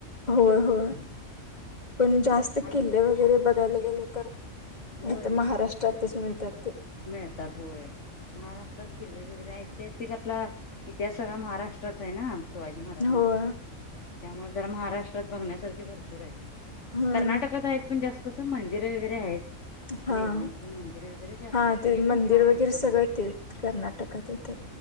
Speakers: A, on the left; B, on the left.
A: होय होय पण जास्त
B: आणि
A: किल्ले वगैरे बघायला गेले तर नाही
B: होय
A: तर महाराष्ट्रातच मिळतात ते
B: मिळतात होय. महाराष्ट्रात किल्ले वगरे आहेत, ऐतिहासिक आपला इतिहास सगळा महाराष्ट्राचा आहे ना शिवाजी महाराजांचा.
A: होय
B: त्यामुळे जरा महाराष्ट्रात बघण्यासारखे भरपूर आहेत.
A: हं
B: कर्नाटकात आहेत पण जास्त कस मंदिरं वगरे आहेत
A: हां
B: देवांची मंदिरे वगैरे जास्त
A: हां
B: आहेत
A: ते
B: पण
A: मंदिर
B: छान
A: वगैरे
B: आहेत पण
A: सगळं ते कर्नाटकात येत.